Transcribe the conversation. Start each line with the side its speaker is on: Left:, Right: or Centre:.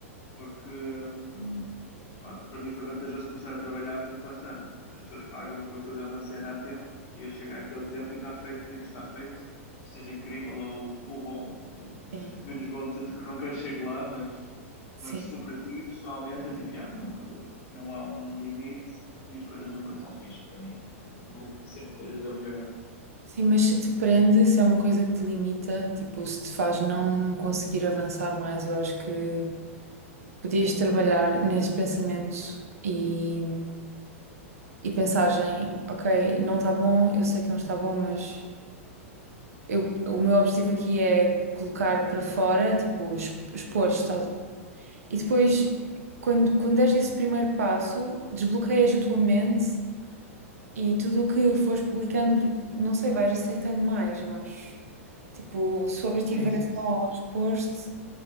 Left: porque hum, pá, para mim foi vantajoso começar a trabalhar, porque lá está, tipo, as pessoas pagam para eu fazer uma cena a tempo e eu chego àquele tempo e está feito, tem de estar feito, esteja incrível ou, ou bom, ou
Right: Sim,
Left: menos bom, tanto que nunca chego lá, mas,
Right: sim.
Left: mas se for para ti, pessoalmente, é tipo, já, nunca, não há um limite e as coisas nunca estão fixe para mim, é, tipo, sempre coisas a melhorar.
Right: Sim, mas se te prende, se é uma coisa que te limita, tipo, se te faz não conseguir avançar mais, eu acho que. podias trabalhar nesse pensamento e, e pensares em, ok, não está bom, eu sei que não está bom, mas eu, o meu objetivo aqui é colocar para fora, tipo, ex- expor, estás? E depois, quando, quando deres esse primeiro passo, desbloqueias a tua mente e tudo o que fores publicando, não sei, vais aceitando mais, eu acho. Tipo, se o objetivo
Left: Sim, sim,
Right: é só
Left: sim.
Right: expor-te.